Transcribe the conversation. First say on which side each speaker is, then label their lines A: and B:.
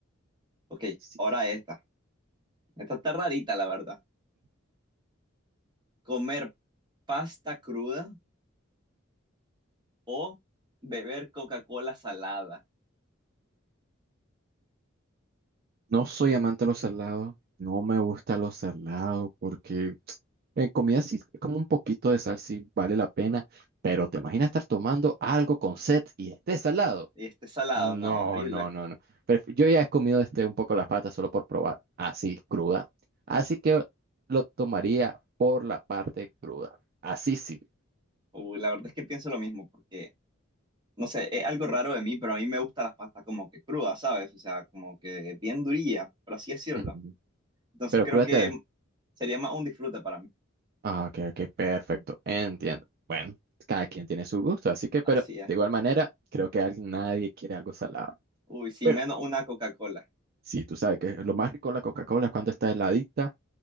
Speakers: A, on the right; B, on the right.
A: Ok,
B: Sí.
A: ahora esta. Esta está rarita, la verdad. Comer pasta cruda o beber Coca-Cola salada.
B: No soy amante de los salados. No me gusta los salados porque en comida sí, como un poquito de sal sí vale la pena. Pero te imaginas estar tomando algo con set y esté salado.
A: Este salado,
B: No,
A: no, horrible.
B: no, no, no. Pref- yo ya he comido este un poco las patas solo por probar, así cruda. Así que lo tomaría por la parte cruda. Así sí.
A: Uh, la verdad es que pienso lo mismo porque no sé, es algo raro de mí, pero a mí me gustan las pastas como que crudas, ¿sabes? O sea, como que bien durilla, por así decirlo.
B: Ujú.
A: Entonces
B: Pero
A: creo
B: cruda
A: que
B: te...
A: sería más un disfrute para mí.
B: Ah, ok, ok, perfecto. Entiendo. Bueno, cada quien tiene su gusto, así que, pero
A: Así es.
B: de igual manera, creo que alguien, nadie quiere algo salado.
A: Uy, sí,
B: Bueno,
A: menos una Coca-Cola.
B: sí, tú sabes que lo más rico de la Coca-Cola es cuando está heladita